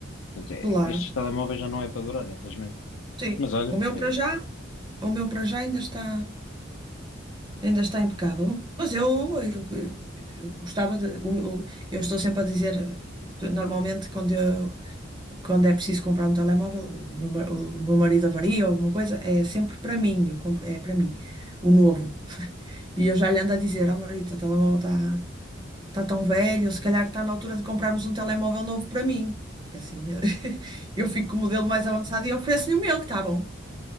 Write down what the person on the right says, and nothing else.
claro.
Sim,
o meu
para já, o meu para já ainda está, ainda está impecável. Mas eu, eu, eu gostava de. o meu- Eu, estou sempre a dizer, eh, que normalmente quando eu quando é preciso comprar um telemóvel, o meu, ma- o meu marido avaria ou alguma coisa, é sempre para mim, eu compro, é para mim, o novo. E eu já lhe ando a dizer, ó marido, o telemóvel está tá tá tão velho, se calhar está na altura de comprarmos um telemóvel novo para mim. Porque assim <laughs> eu fico com o modelo mais avançado e ofereço-lhe o meu, que está bom.